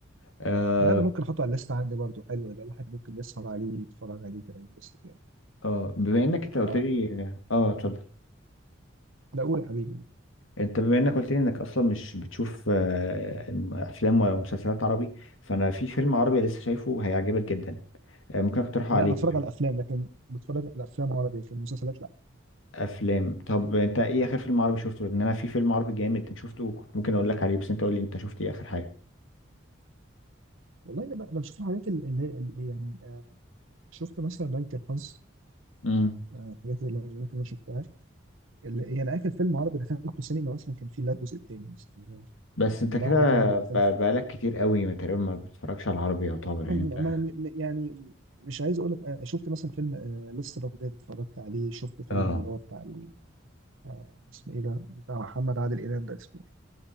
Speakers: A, on the left; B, on the right.
A: اه
B: لا ده ممكن احطه على الليست عندي برضه حلو ده الواحد ممكن يسهر عليه يتفرج عليه كده ينبسط يعني
A: اه بما انك انت
B: تبقى
A: قلت لي اه اتفضل
B: لا قول يا حبيبي
A: انت بما انك قلت لي انك اصلا مش بتشوف آه، افلام ولا مسلسلات عربي فانا في فيلم عربي لسه شايفه هيعجبك جدا آه، ممكن اقترحه
B: لا
A: عليك
B: بتفرج على افلام لكن بتفرج على افلام عربي لكن المسلسلات لا
A: افلام طب انت ايه اخر فيلم عربي شفته لان انا في فيلم عربي جامد شفته كنت ممكن اقول لك عليه بس انت قول لي انت شفت ايه اخر حاجه
B: والله انا ب- أنا بشوف الحاجات اللي اللي- اللي يعني آه، شفت مثلا بنك الحظ
A: امم
B: آه، الحاجات اللي ممكن اكون شفتها اللي يعني اخر فيلم عربي دخلته سينما مثلا كان فيه لا الجزء الثاني مثلا
A: بس انت
B: من
A: كده
B: بعد كده ما دخلت
A: ب- بقالك كتير قوي ما تقريبا ما بتتفرجش على العربي يعتبر يعني
B: ما
A: انت
B: ما- ما- يعني مش عايز اقول لك آه، شفت مثلا فيلم آه، لسه بغداد اتفرجت عليه شفت فيلم
A: اه
B: اللي هو بتاع آه، اسمه ايه ده بتاع محمد عادل امام ده اسمه